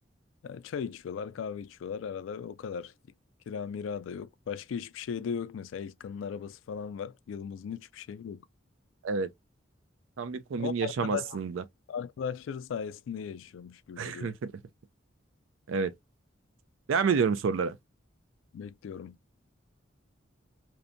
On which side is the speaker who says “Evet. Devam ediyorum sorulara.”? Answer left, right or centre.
Right